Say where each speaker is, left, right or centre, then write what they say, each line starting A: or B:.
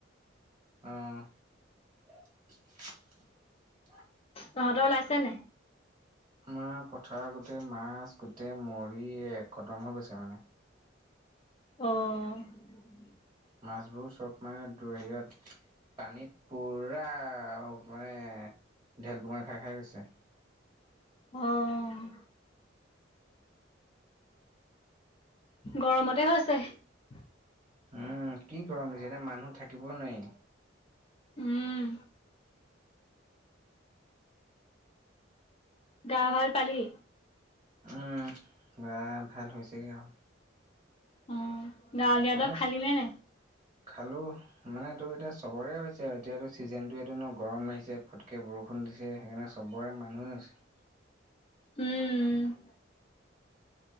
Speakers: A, on the right (about 25°); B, on the left (about 30°).
A: অ',
B: তহঁতৰ ওলাইছে নে
A: আমাৰ পথাৰ গোটেই মাছ গোটেই মৰি একতম হৈ গৈছে মানে
B: অ',
A: মাছবোৰ চব মানে হেৰিত পানীত পুৰা মানে ঢেল পঙা খাই খাই গৈছে।
B: অ', গৰমতে হৈ হৈছে।
A: উম কি কৰম নি এতিয়া মানুহ থাকিবই নোৱাৰি।
B: উম', গা ভাল পালি?
A: উম গৰা ভাল হৈছেগৈ আৰু
B: অ', গাঁৱলীয়া
A: মানে
B: দৰৱ খালি নে নাই?
A: খালো মানে তোৰ এতিয়া চবৰে হৈছে। এতিয়াতো চিজনতটো এইো ন গৰম নিছে ফটকে বৰষুণ দিছে সেইকাৰণে চবৰে মানুহে হৈছে।
B: উম',